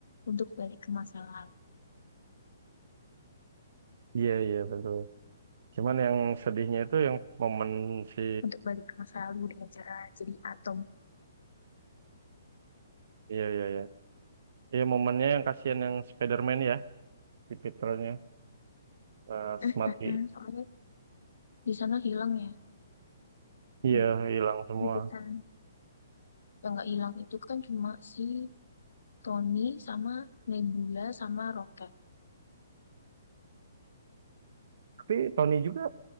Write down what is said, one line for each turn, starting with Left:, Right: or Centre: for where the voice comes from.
Left: untuk balik ke masa lalu,
Right: Iya, iya, betul. Cuman yang sedihnya itu yang momen si...
Left: untuk balik ke masa lalu dengan cara jadi atom.
Right: Iya, iya, iya. Iya, momennya yang kasihan yang Spider-Man ya, si Peternya pas
Left: Eh,
Right: mati.
Left: eh, eh, Soalnya di sana hilang ya,
Right: Iya,
Left: Iya,
Right: hilang semua.
Left: itu kan yang nggak hilang itu kan cuma si Tony sama Nebula sama Rocket.
Right: Tapi Tony juga